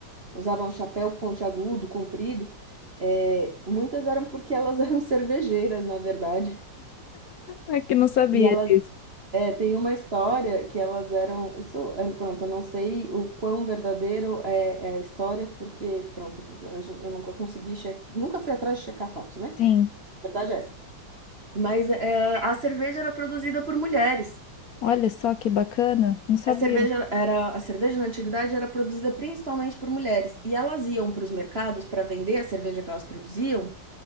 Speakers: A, on the right (about 35°); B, on the left (about 60°).
A: Usavam chapéu pontiagudo, comprido. É, muitas eram porque elas <laughs> eram cervejeiras, na verdade.
B: é que não sabia
A: E elas.
B: disso.
A: É, tem uma história que elas eram. Isso, é, pronto, eu não sei o quão verdadeiro é, é a história, porque, pronto, a gente- eu nunca consegui. Che... Nunca fui atrás de checar fatos, né?
B: Sim,
A: Verdade é essa. Mas é, a cerveja era produzida por mulheres.
B: olha só que bacana, não sabia.
A: A cerveja era, a cerveja na antiguidade era produzida principalmente por mulheres, e elas iam para os mercados para vender a cerveja que elas produziam,